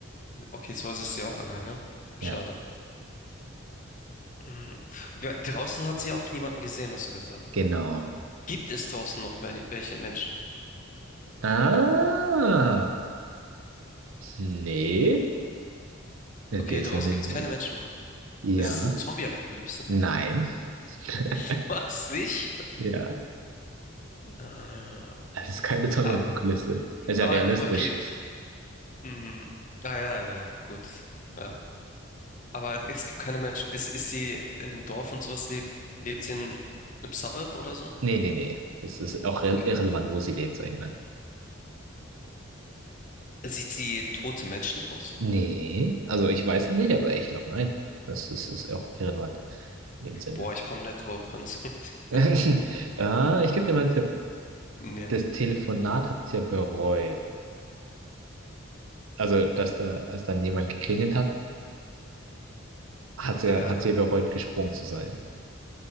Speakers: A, on the left (about 40°); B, on the right (about 80°).
A: Okay, zu Hause ist sie auch alleine.
B: ja,
A: Schade. Mhm. Und wir- Draußen hat sie auch niemanden gesehen, hast du gesagt.
B: genau.
A: Gibt es draußen noch wel- welche Menschen?
B: Ah, nee, in
A: Okay,
B: dem
A: draußen
B: Sinne
A: gibt
B: nicht.
A: es keine Menschen mehr.
B: Ja,
A: Es ist eine Zombie-Apokalypse.
B: nein, <laughs>
A: <laughs> Was, nicht?
B: ja.
A: Äh,
B: Es ist keine Zombie-Apokalypse.
A: aber,
B: Es
A: aber,
B: ist ja realistisch.
A: okay. Hm. Ah, ja, ja, gut. Ja. Aber es gibt keine Menschen. Ist, ist sie in einem Dorf und sowas? Lebt, lebt sie in einem Suburb oder so?
B: Nee, nee, nee. Das ist auch re-
A: Okay.
B: irrelevant, wo sie lebt, sag ich mal.
A: Sieht sie tote Menschen draußen?
B: Nee, also ich weiß
A: Auch nicht.
B: nicht, aber ich glaube, nein. Das ist, ist auch irrelevant in dem Sinne.
A: Boah, ich komme nicht drauf, wenn das. <laughs>
B: <laughs> Ah, ich gebe dir mal einen Tipp.
A: Ja.
B: Das Telefonat hat sie ja bereut. Also, dass da, als dann jemand geklingelt hat, hat sie,
A: Ja,
B: ja, hat sie ja bereut, gesprungen zu sein.